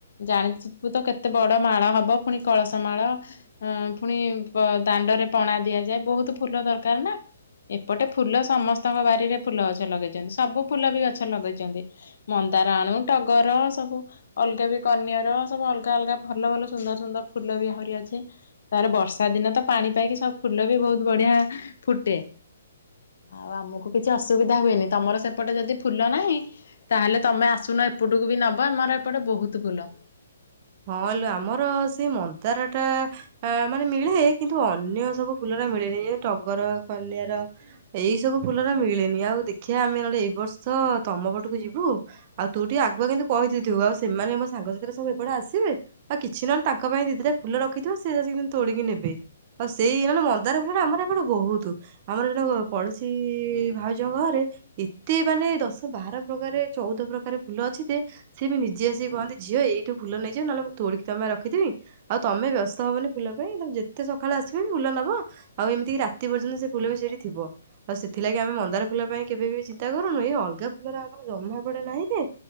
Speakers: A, on the left; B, on the right.
A: ଜାଣିିବୁ ତ କେତେ ବଡ ମାଳ ହବ ପୁଣି କଳସ ମାଳ ପୁଣି ଦାଣ୍ଡରେ ପଣା ଦିଆଯାଏ ବହୁତ ଫୁଲ ଦରକାର ନା ଏପଟେ ଫୁଲ ସମସ୍ତଙ୍କ ବାରିରେ ଫୁଲ ଗଛ ଲଗେଇଛନ୍ତି ସବୁ ଫୁଲ ବି ଗଛ। ଛ ଲଗେଇଛନ୍ତି ମନ୍ଦାର ଆଣୁ ଟଗର ସବୁ ଅଲଗା ବି କନ୍ୟର ସବୁ ଅଲଗା ଅଲଗା ଭଲ ଭଲ ସୁନ୍ଦର ସୁନ୍ଦର ଫୁଲ ବି ଆହୁରି ଅଛେ ତାର ବର୍ଷା ଦିନେ ତ ପାଣି ପାଇକି ସବୁ ଫୁଲ ବି ବହୁତ ବଢିଆ ଫୁଟେ ଆଉ ଆମକୁ କିଛି ଅସୁବିଧା ହୁଏନି ତମର ସେପଟେ ଯଦି ଫୁଲ ନାହିଁ ତାହେଲେ ତମେ ଆସୁନ ଏପଟକୁ ବି ନବ ଆମର ଏପଟେ ବହୁତ ଫୁଲ।
B: ହଁଲୋ ଆମର ସେଇ ମନ୍ଦାର ଟା ମାନେ ମିଳେ କିନ୍ତୁ ଅନ୍ୟ ସବୁ ଫୁଲର ମିଳେନି ଯେ ଟଗର କନ୍ୟଆର ଏଇ ସବୁ ଫୁଲର ମିଳେନି ଆଉ ଦେଖିବା ଆମେ ନହେଲେ ଏଇ ବର୍ଷ ତମ ପଟକୁ ଯିବୁ ଆଉ ତୁ ଟିକେ ଆଗୁଆ କିନ୍ତୁ କହିଦେଇ ଥିବୁ ଆଉ ସେମାନେ ମୋ ସାଙ୍ଗସାଥିରେ ସବୁ ଏପଟେ ଆସିବେ ଆଉ କିଛି ନହେଲେ ତାଙ୍କ ପାଇଁ ଦିଦିଟା ଫୁଲ ରଖିଥିବ ସେ ଆସିକି <unintelligible> ତୋଳିକି ନେବେ ଆଉ ସେଇ ନହନେ ମନ୍ଦାର ଫୁଲର ଆମର ଏପଟେ ବହୁତୁ ଆମର ଜଣେ କ ପଡୋଶୀ ଭାଉଜଙ୍କ ଘରେ ଏତେ ମାନେ ଦଶ ବାର ପ୍ରକାରେ ଚଉଦ ପ୍ରକାରେ ଫୁଲ ଅଛି ଯେ ସେ ବି ନିଜେ ଆସିକି କହନ୍ତି ଝିଅ ଏଇ ଠୁ ଫୁଲ ନେଇଯିବ ନହେଲେ ମୁଁ ତୋଳିକି ତମ ପାଇଁ ରଖିଥିବି ଆଉ ତମେ ବ୍ୟସ୍ତ ହବନି ଫୁଲ ପାଇଁ ତମେ ଯେତେ ସକାଳେ ଆସିବ ଫୁଲ ନବ ଆଉ ଏମିତିକି ରାତି ପର୍ଯ୍ୟନ୍ତ ସେ ଫୁଲ ବି ସେଇଠି ଥିବ ଆଉ ସେଥିଲାଗି ଆମେ ମନ୍ଦାର ଫୁଲ ପାଇଁ କେବେ ବି ଚିନ୍ତା କରୁନୁ ଏଇ ଅଲଗା ଫୁଲର ଆମର ଜମା ଏପଟେ ନାହିଁ ଯେ